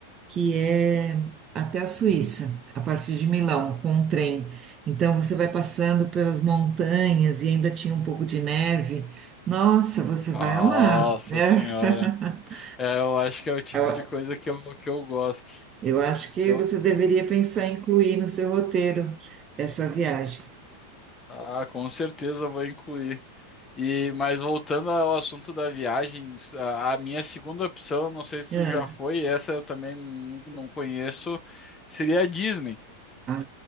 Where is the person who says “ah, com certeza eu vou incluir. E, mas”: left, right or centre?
Left